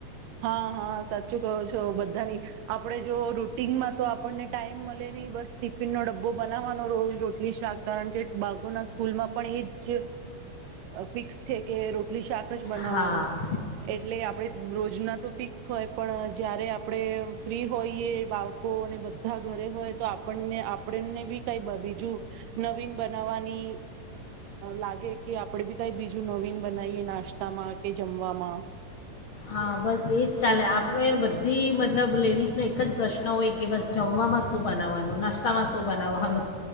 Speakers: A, on the right; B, on the left.
A: હા હા સાચું કહો છો બધાની આપડણે જો રૂટીનમાં તો આપણને ટાઈમ મળે નહી બસ ટિફિનનો ડબ્બો બનાવવાનો રોજ રોટલી શાક કારણ કે બાકોના સ્કૂલમાં પણ એ જ ફિક્સ છે કે રોટલી શાક બનાવાનું
B: હા
A: એટલે આપણે બોજ યો ફિક્સ હોય પણ જ્યારે આપડણે ફ્રી હોઈએ બા અને બધા ઘરે હોય તો આપણને આપણને બી કઈ બીજું નવીન બનાવવાની લાગે કે આપણે બી કઈ બીજું નવીન બનાવીએ નાસ્તામાં કે જમવામાં.
B: હા બસ એજ ચાલે આપ આપ બધી મતલબ લેડીઝનો એક જ પ્રશ્ન હોય કે બસ જમવામાં શું બનાવવાનું નાસ્તામાં શું? બનાવવાનું